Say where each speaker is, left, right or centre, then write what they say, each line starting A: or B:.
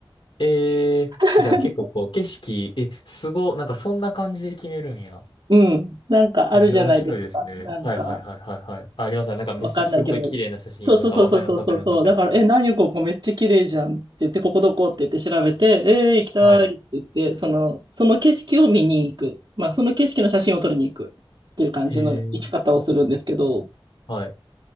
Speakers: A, on the left; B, on the right.
A: ええ、
B: <laughs>
A: じゃあ結構こう、景色、え、すご、なんかそんな感じで決めるんや。
B: うん。なんかあるじゃないですか。
A: へえ、面白いですね。
B: なんか、
A: はいはいはいはいはい。あ、あります。なんかめっちゃすごい綺麗な写真とか、
B: わかんないけど。そうそうそうそうそうそうそう。
A: わかりますわかりますわかります。
B: だから、え、何ここめっちゃ綺麗じゃんって言って、ここどこって言って調べて、えー、行きたいって言って、
A: はい。
B: その、その景色を見に行く。まあ、その景色の写真を撮りに行くっていう感じの行き方をするんですけど、
A: へえ、はい、